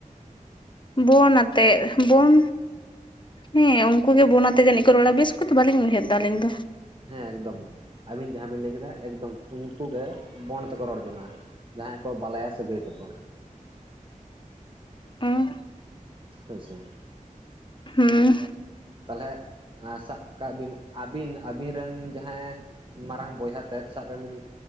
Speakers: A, on the left; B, on the right.
A: ᱵᱚᱱ ᱟᱛᱮᱫ ᱵᱚᱱ ᱦᱮᱸ ᱩᱱᱠᱩ ᱜᱮ ᱵᱚᱱ ᱟᱛᱮ ᱡᱟᱹᱱᱤᱡ ᱠᱚ ᱨᱚᱲ-ᱟ ᱵᱮᱥ ᱠᱚ ᱫᱚ ᱵᱟᱹᱞᱤᱧ ᱩᱭᱦᱟᱹᱨ ᱮᱫᱟ ᱟᱹᱞᱤᱧ ᱫᱚ
B: ᱦᱮᱸ ᱮᱠᱫᱚᱢ ᱟᱹᱵᱤᱱ ᱡᱟᱦᱟᱸ ᱵᱤᱱ ᱞᱟᱹᱭ ᱠᱮᱫᱟ ᱮᱠᱫᱚᱢ ᱩᱱᱠᱩ ᱜᱮ ᱵᱚᱱ ᱟᱛᱮ ᱠᱚ ᱨᱚᱲ ᱡᱚᱱᱟ ᱡᱟᱦᱟᱸᱭ ᱠᱚ ᱵᱟᱞᱟᱭᱟ ᱥᱟᱹᱜᱟᱹᱭ ᱛᱟᱠᱚ
A: ᱩᱸ
B: ᱦᱳᱭ ᱥᱮ
A: ᱦᱩᱸ
B: ᱛᱟᱞᱦᱮᱜ ᱥᱟᱵ ᱠᱟᱜ ᱵᱤᱱ ᱟᱹᱵᱤᱱ ᱟᱹᱵᱤᱱ ᱨᱮᱱ ᱡᱟᱦᱟᱸᱭ ᱢᱟᱨᱟᱝ ᱵᱚᱭᱦᱟ ᱛᱮᱫ ᱥᱟᱵ ᱠᱟᱜ ᱵᱤᱱ